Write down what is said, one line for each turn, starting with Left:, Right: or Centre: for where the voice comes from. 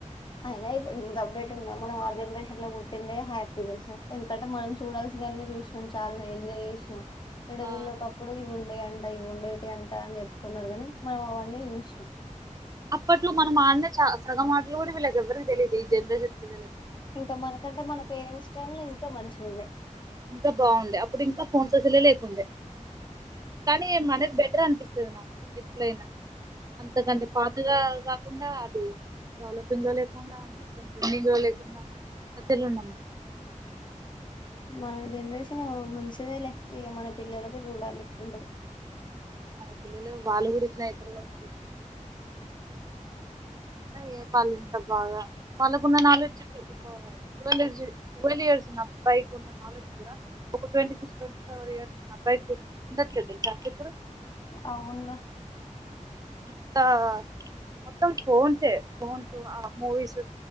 Left: అయినా ఇప్పుడుంత అప్డేట్ ఉందా మనం ఆ జనరేషన్ లో పుట్టింద హ్యాపీ తెలుసు ఎందుకంటే మనం చూడాల్సిన చూసినాం చాలా ఎంజాయ్ చేసినా ఇడ
Right: ఆ,
Left: వీళ్ళ ఒకప్పుడు ఇవి ఉండేయి అంట ఇ ఉండేటి అంట అని చెప్పుకున్నారు కాని మనం అవన్నీ చూసాం
Right: అప్పట్లో మనం ఆడినే చ సగ మాటలు కూడా వీళ్ళకి ఎవరికి తెలియదు ఈ జనరేషన్ పిల్లలకి
Left: ఇంక మనకంటే మన పేరెంట్స్ టైమ్ లో ఇంకా మంచి ఉండే
Right: ఇంకా బాగుండే అప్పుడు ఇంకా ఫోన్స్ అసలే లేకుండే కానీ మనేది బెటర్ అనిపిస్తుంది నాకు ఎట్లయినా అంతకంటే పాతగా లేకుండా అది డెవలపింగ్ లో లేకుండా మొత్తం ట్రెండింగ్ లో లేకుండా పెద్దలు ఉన్నమ్మా
Left: మన జెనరషన్ ముంచిదలేే ఈక మన పిల్లలకు చూడాల ఇట్ండదో
Right: మన పిల్లలు వాళ్ళు కూడా ఇట్న ఇతరు కావచ్చు ఏ వాళ్ళు ఇంత బాగా వాళ్ళకున్న నాలెడ్జ్ వల్ ఇయర్స్ బై ఉన్న నాలెడ్జ్ కూడా ఒక ట్వంటీ సిస్ ట్వంటీ ఫోర్ ఇయర్స్ బై అందట్లేదా చాకిపుడు
Left: అవున్ర
Right: అంతా మొత్తం ఫోన్సే ఫోన్సు ఆ మూవీస్